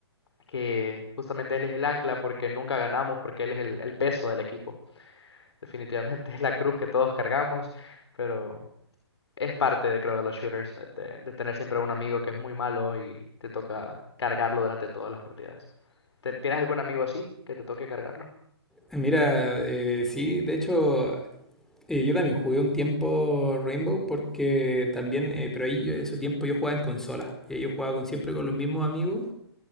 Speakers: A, on the left; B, in the centre.
A: que justamente él es el ancla porque nunca ganamos, porque él es el, el peso del equipo. Definitivamente <laughs> es la cruz que todos cargamos, pero es parte de, creo, de los shooters, de, de tener siempre un amigo que es muy malo y te toca cargarlo durante todas las partidas. ¿Te- ¿Tienes algún amigo así que te toque cargarlo?
B: Mira, eh, sí, de hecho, eh, yo también jugué un tiempo Rainbow porque también, eh, pero ahí yo, en su tiempo yo jugaba en consola. Y ahí yo jugaba con, siempre con los mismos amigos.